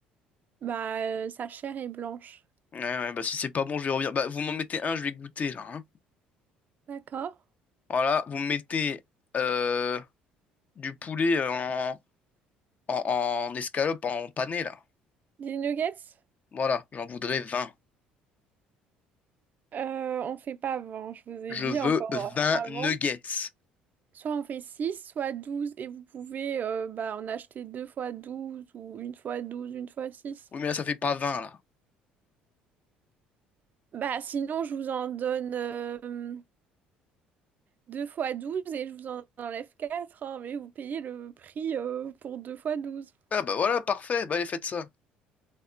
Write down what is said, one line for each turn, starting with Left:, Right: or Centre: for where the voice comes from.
Right: Bah, euh, sa chair est blanche.
Left: Ouais, ouais, bah si c'est pas bon, je vais revenir. Bah, vous m'en mettez un, je vais goûter là. hein.
Right: D'accord.
Left: Voilà, vous me mettez euh, du poulet euh, en, en, en escalope, en pané là.
Right: Des nuggets?
Left: Voilà, j'en voudrais vingt
Right: Euh, on fait pas avant, je vous ai
Left: Je
Right: dit
Left: veux
Right: encore
Left: vingt
Right: euh, avant.
Left: nuggets.
Right: Soit on fait 6, soit 12, et vous pouvez euh, bah, en acheter deux fois 12 ou une fois 12, une fois 6.
Left: Oui, mais là, ça fait pas 20 là.
Right: Bah, sinon, je vous en donne euh, Deux fois 12 et je vous en enlève 4, hein, mais vous payez le prix euh, pour deux fois douze.
Left: Ah bah voilà, parfait, bah allez, faites ça.